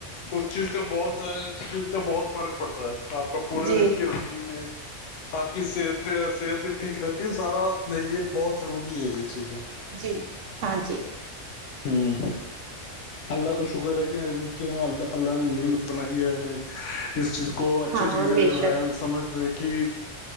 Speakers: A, on the left (about 80°); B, on the right (about 80°).
A: اس چیز کا بہت اس چیز کا بہت فرق پڑتا ہے آپ کا پورے
B: جی
A: دن کی روٹین میں آپ کی صحت بھی صحت بھی ٹھیک رہتی ہے سارا یہ بہت وہ بھی ہے یہی چیز ہے
B: جی ہاں جی
A: ہوں اللہ کا شکر ہے کہ اللہ اللہ نے نیم بنائی ہے ہمیں اس چیز کو اچھی
B: ہاں ہاں
A: چیزیں
B: بے
A: جو
B: شک
A: ہے سمجھ ل کہ